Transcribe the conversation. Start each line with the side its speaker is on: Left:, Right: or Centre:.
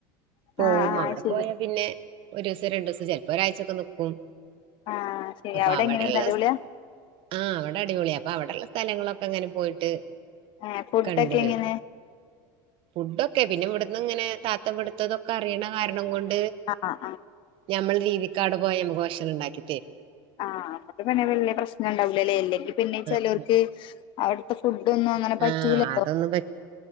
Right: പോവും
Left: ആഹ് ആഹ്
Right: മവിടെ
Left: ആഹ് ശരി
Right: പോയാ പിന്നെ ഒരൂസം രണ്ടൂസം ചെലപ്പോ ഒരാഴ്ചൊക്കെ നിക്കും
Left: ആഹ് ശരി
Right: അപ്പ
Left: അവിടെ
Right: അവ്ടെള്ളെ
Left: എങ്ങനെണ്ട് അടിപൊളിയാ
Right: സ് ആഹ് അവ്ടെ അടിപൊളിയാ അപ്പൊ അവ്ടെള്ളെ സ്ഥലങ്ങളൊക്കെ ഇങ്ങനെ പോയിട്ട്
Left: ഏഹ് ഫുഡൊക്കെ
Right: കണ്ട് വെരും
Left: എങ്ങനെ
Right: ഫുഡൊക്കെ പിന്നെ ഇവ്ട്ന്ന് ഇങ്ങനെ താത്ത ഇവട്ത്തതൊക്കെ അറിയ്ണെ കാരണം കൊണ്ട്
Left: ആഹ് ആഹ് ആഹ്
Right: ഞമ്മളെ രീതിക്കാട് പോയാ ഞമ്മക്ക് ഭക്ഷണം ഇണ്ടാക്കി തരും
Left: ആഹ് അപ്പ പിന്നെ വല്ല്യ പ്രശ്നം ഇണ്ടാവൂല്ലല്ലേ ഇല്ലെങ്കി പിന്നെ ചെലോൽക്ക്
Right: ആ
Left: അവ്ട്ത്തെ ഫുഡൊന്നും അങ്ങനെ പറ്റൂല്ലല്ലോ
Right: ആഹ് അതൊന്നും